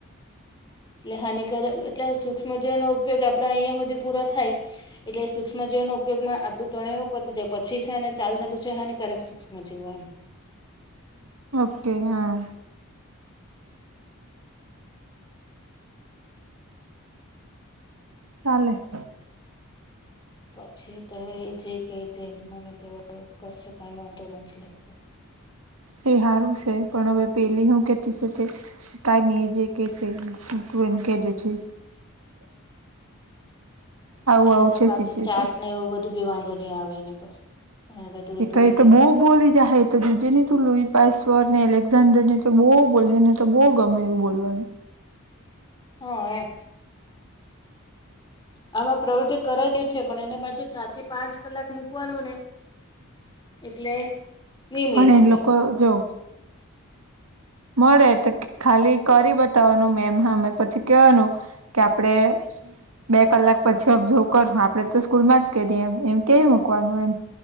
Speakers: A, on the left (about 20°); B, on the right (about 85°).
A: એટલે હાનિકારક એટલે સુૂક્ષ્મજીવ નો ઉપયોગ આપડા અહિયાં સુધી પૂરા થાય. એટલે સૂક્ષ્મજીવનો ઉપયોગમાં આપડું ત્રણે જે પછી છે અને ચાલ થતું છે હિકક મજવમ <unintelligible>
B: ઓકે હા ચાલે <inaudible>
A: પછી તો એ જે ક દ મને તો કશે કઈ વાંધો નથી લતો
B: તે સારું છે પણ હવે પેલી શું કેતી છે તે ત નિજ ક તે ગ કટેે છે. આવું
A: એને
B: આવું
A: તો
B: છે
A: પાછું
B: સિચ્યુએશન
A: ચાટ ને એવું બધું બી વાંધો નહીં આવેને તો એને તો જોઈતું
B: એટ
A: બી નહી
B: તો
A: આવે
B: બહુ બોલી જાય તો જીજેની તું લુઈ પસવર ને એલેક્ઝાન્ડર ને તો બો બોલે ને તો બો ગમે એવું બોલવાનું
A: હ એમ આમાં પ્રવૃત્તિ કરેતી છે પણ એને પાછું ચાર થી પાંચ કલાક મૂકવાનું ને એટલે ની મેર
B: પણ
A: પડે
B: એ લોકો જો મળે તો ખાલી કરી બતાવાનું મેમ હામેં પછી કેવાનું કે આપડે બે કલાક પછી ઓબ્ઝર્વ કરહું આપડે તો સ્કૂલ માં જ કે ની એમ એમ કેઈ
A: હમ્મ
B: મૂકવાનું એમ